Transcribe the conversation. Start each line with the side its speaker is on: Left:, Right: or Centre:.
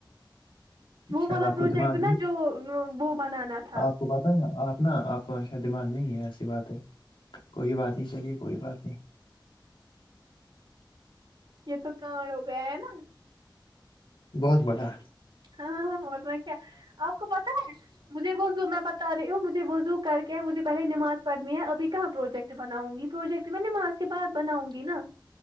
Right: وہ
Left: شاید
Right: والا
Left: آپ کو
Right: پروجیکٹ
Left: دماغ
Right: نا جو وہ بنانا تھا
Left: آ کو پتہ ہے آپ نا آپ کو نا شاید دماغ نہیں ہے ایسی بات ہے کوئی بات نہیں چلیے کوئی بات نہیں
Right: یہ تو کان ہو گیا ہے نا
Left: بہت بڑا
Right: ہاں ہاں ورنہ کیا آپ کو پتا ہے مجھے ب میں بتا رہی ہوں مجھے وہ زو کر کے ہے مجھے پہے نماز پڑھنی ہے ابھی کہاں پروجیکٹ بناؤں گی پروجیکٹ تو میں نماز کے بات بناؤں گی نا